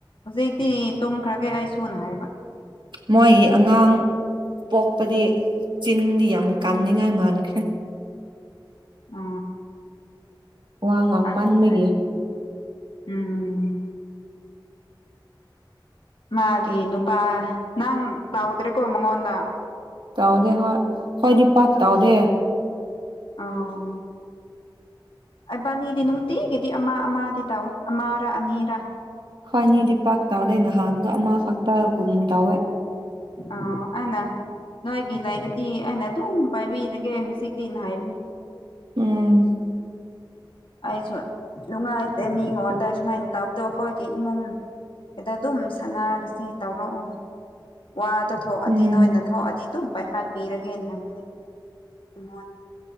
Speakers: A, on the left; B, on the right.
A: ꯍꯧꯖꯤꯛꯇꯤ ꯇꯨꯝꯈ꯭ꯔꯒꯦ ꯑꯩ ꯁꯨꯅ ꯍꯥꯏꯕ
B: ꯃꯣꯏꯒꯤ ꯑꯉꯥꯡ ꯄꯣꯛꯄꯗꯤ ꯆꯤꯟꯗꯤ ꯌꯥꯝ ꯀꯥꯟꯅꯤꯡꯉꯥꯏ ꯃꯥꯟꯈ꯭ꯔꯦ
A: ꯍꯣꯏ
B: ꯋꯥ ꯉꯥꯡꯃꯟꯕꯒꯤ
A: <unintelligible> ꯎꯝ ꯃꯥꯒꯤ ꯅꯨꯄꯥ ꯅꯪ ꯇꯧꯗ꯭ꯔꯦꯀꯣ ꯃꯉꯣꯟꯗ
B: ꯇꯧꯗꯦ ꯍꯣꯏ ꯈꯣꯏꯗꯤ ꯄꯥꯛ ꯇꯧꯗꯦ
A: ꯑꯣ ꯑꯩꯕꯥꯅꯤꯗꯤ ꯅꯨꯡꯇꯤꯒꯤꯗꯤ ꯑꯃ ꯑꯃꯗꯤ ꯇꯧꯋꯤ ꯑꯃꯔꯥ ꯑꯅꯤꯔꯥ
B: ꯈꯣꯏꯅꯤꯗꯤ ꯄꯥꯛ ꯇꯧꯗꯩ ꯅꯍꯥꯟꯗꯣ ꯑꯃꯈꯛꯇꯥꯒꯨꯝ ꯇꯧꯋꯦ
A: ꯑꯥꯎ ꯑꯩꯅ ꯅꯣꯏꯒꯤ ꯂꯩꯔꯗꯤ ꯑꯩꯅ ꯑꯗꯨꯝ ꯄꯥꯏꯕꯤꯔꯒꯦ ꯍꯧꯖꯤꯛꯇꯤꯅ ꯍꯥꯏꯕꯅꯦ
B: ꯎꯝ
A: ꯑꯩꯁꯨ ꯅꯨꯡꯉꯥꯏꯇꯦ ꯃꯤꯉꯣꯟꯗ ꯁꯨꯃꯥꯏꯅ ꯇꯧꯕꯇꯣ ꯑꯈꯣꯏꯒꯤ ꯏꯃꯨꯡ ꯑꯩꯗꯤ ꯑꯗꯨꯝ ꯁꯥꯟꯅꯔꯁꯤ ꯇꯧꯔꯛꯎꯅꯤ ꯋꯥꯗꯣ ꯊꯣꯛꯑꯗꯤ
B: ꯎꯝ
A: ꯅꯣꯏꯅ ꯊꯣꯛꯑꯗꯤ ꯑꯗꯨꯝ ꯄꯥꯏꯈꯠꯄꯤꯔꯒꯦꯅ ꯍꯥꯏꯕꯅꯤ ꯉꯣꯟ